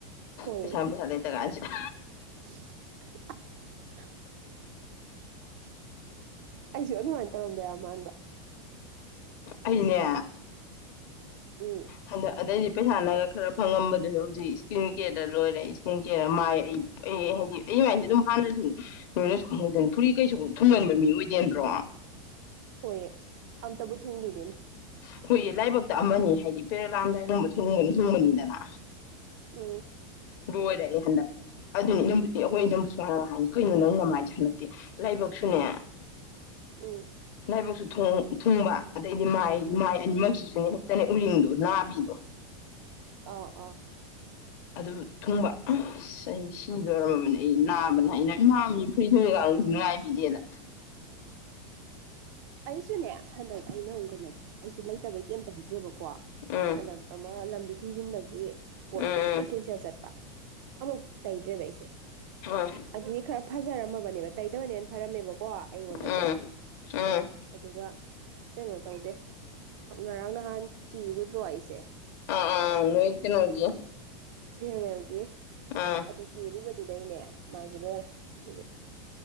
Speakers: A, on the right; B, on the left.
A: ꯍꯣꯏ
B: ꯄꯩꯁꯥ ꯄꯩꯁꯥ ꯂꯩꯇ ꯀꯥꯟꯁꯤꯗ
A: <inaudible> ꯑꯩꯁꯨ ꯑꯗꯨꯃꯥꯏꯅ ꯇꯧꯔꯝꯗ ꯌꯥꯝ ꯃꯥꯟꯕ
B: ꯑꯅꯦ
A: ꯎꯝ
B: ꯍꯗ ꯑꯗꯩ ꯄꯩꯁꯥꯅꯒ ꯈꯔ ꯐꯪꯉꯝꯕꯗꯨꯁꯨ ꯍꯧꯖꯤꯛ ꯏꯁꯀ꯭ꯔꯤꯟ ꯀꯦꯌꯔꯗ ꯂꯣꯏꯔꯦ ꯏꯁꯀ꯭ꯔꯤꯟ ꯀꯦꯌꯔꯗ ꯃꯥꯏ ꯑꯩ ꯑꯩ ꯍꯥꯏꯗꯤ ꯑꯩ ꯃꯥꯏꯁ ꯑꯗꯨꯝ ꯍꯥꯟꯅꯁꯨ ꯅꯣꯏꯅꯁꯨ ꯈꯪꯍꯗꯣꯏꯅꯤ ꯐꯨꯔꯤ ꯀꯩꯁꯨ ꯊꯨꯝꯃꯟꯕ ꯃꯤ ꯑꯣꯏꯗꯦꯗ꯭ꯔꯣ
A: ꯍꯣꯏꯑ ꯑꯝꯇꯕꯨ ꯊꯨꯡꯂꯤꯕꯤꯃ
B: ꯑꯩꯈꯣꯏꯒꯤ ꯂꯥꯏꯕꯛꯇ ꯑꯃꯅꯤ ꯍꯥꯏꯔꯤꯕ ꯄꯦꯔ ꯂꯥꯑꯝꯗꯥꯏꯒꯨꯝꯕ ꯊꯤꯡꯕꯅ ꯍꯤꯡꯕꯅꯤꯗꯅ
A: ꯎꯝ
B: ꯂꯣꯏꯔꯛꯑꯦ ꯍꯟꯗꯛ ꯑꯗꯨꯅꯤ ꯏ ꯑꯩꯈꯣꯏ ꯏꯅꯝꯕꯨꯁꯨꯃꯅ ꯍꯥꯏꯅꯤ ꯀꯩꯅꯣ ꯅꯪ ꯅꯃꯥꯏꯁꯦ ꯍꯟꯗꯛꯇꯤ ꯂꯥꯏꯕꯛꯁꯨꯅꯦ
A: ꯎꯝ
B: ꯂꯥꯏꯕꯛꯁꯨ ꯊꯨꯡꯕ ꯑꯗꯩꯗꯤ ꯃꯥꯏ ꯃꯥꯏ ꯑꯅꯤꯃꯛꯁꯤꯁꯨꯅꯦ ꯍꯦꯛꯇꯅꯦ ꯎꯔꯤꯡꯗꯣ ꯅꯥꯕꯤꯗꯣ
A: ꯑꯥ ꯑꯥ
B: ꯑꯗꯨ ꯊꯨꯡꯕ ꯆꯍꯤ ꯁꯤ ꯂꯣꯏꯔꯝꯃꯕꯅꯤ ꯑꯩ ꯅꯥꯕꯅ ꯑꯩꯅ ꯏꯃꯥ ꯃꯤ ꯐꯨꯔꯤꯗꯒꯁꯨ ꯅꯨꯡꯉꯥꯏꯕꯤꯗꯦꯗ
A: ꯑꯩꯁꯨꯅꯦ ꯍꯟꯗꯛ ꯑꯩꯅꯒꯅꯦ ꯑꯩꯁꯨ ꯂꯩ ꯇꯕ ꯀ ꯌꯥꯝ ꯇ ꯍꯩꯗ꯭ꯔꯦꯕꯀꯣ
B: ꯎꯝ
A: ꯍꯟꯗꯛ ꯑꯃ ꯂꯝꯕꯤ ꯊꯤꯡꯖꯤꯟꯕꯒꯤ ꯄꯣꯠꯇꯨꯁꯨ
B: ꯎꯝ
A: ꯂ ꯀꯦꯟꯁꯦꯜ ꯆꯠꯄ ꯑꯃꯨꯛ ꯇꯩꯗ꯭ꯔꯦꯕ ꯑꯩꯁꯦ
B: ꯎꯝ
A: ꯑꯗꯨꯒꯤ ꯈꯔ ꯐꯖꯔꯝꯃꯕꯅꯦꯕ ꯇꯩꯇꯕꯅꯦꯅ ꯐꯔꯝꯃꯦꯕꯀꯣ ꯑꯩꯉꯣꯟꯗꯗꯤ
B: ꯎꯝ ꯎꯝ ꯎꯝ
A: ꯑꯗꯨꯒ ꯀꯩꯅꯣ ꯇꯧꯗꯦ ꯉꯔꯥꯡ ꯅꯍꯥꯟ ꯀꯤꯔꯨꯗ꯭ꯔꯣ ꯑꯩꯁꯦ ꯆꯦ
B: ꯑ ꯅꯣꯏ ꯏꯜꯇ ꯅꯣꯒꯤ
A: ꯐꯦꯔꯋꯦꯜꯒꯤ
B: ꯑꯥ
A: ꯑꯗꯨ ꯀꯦꯔꯨꯕꯗꯨꯗꯩꯅꯦ ꯃꯥꯏꯒꯤ ꯂꯣꯏꯔꯦ ꯍꯧꯖꯤꯛ